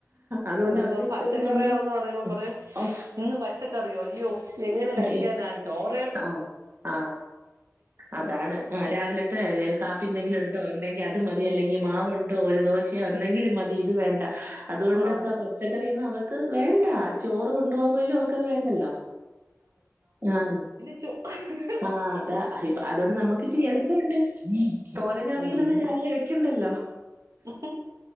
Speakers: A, on the right (about 45°); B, on the right (about 85°).
A: അതുകൊണ്ട്
B: എന്താ
A: അവരുടെ ഇഷ്ടത്തിന്
B: പച്ചക്കറിയാണെന്ന്
A: നമ്മള്
B: പറയുമ്പോ പറയും
A: ഓ
B: ഇന്ന് പച്ചക്കറിയോ അയ്യോ എങ്ങനെ കഴിക്കാനാ
A: അയ്യോ
B: ചോറ്
A: ആ ആ അതാണ് ആ രാവിലെ ത്തെ കാപ്പി ന്തെങ്കിലും ണ്ടോ ണ്ടെങ്കിൽ അത് മതി അല്ലെങ്കിൽ മാവുണ്ടോ ഒരു ദോ ഷ ന്തെങ്കിലും മതി ഇത് വേണ്ട അതുകൊണ്ട്ന്താ
B: ആഹ്
A: പച്ചക്കറിന്നും അവർക്ക് വേണ്ടാ ചോ റ് കൊണ്ടോവാൻ പോലും അവർക്കത് വേണ്ടല്ലോ ആ
B: ചു അ
A: ആ അതാ അതുകൊണ്ട് നമ്മുക്ക് ഇച്ചിരി എളുപ്പുണ്ട് തോരനും അവിയലൊന്നും
B: ഉം
A: രാവിലെ വെക്കണ്ടല്ലോ
B: <inaudible>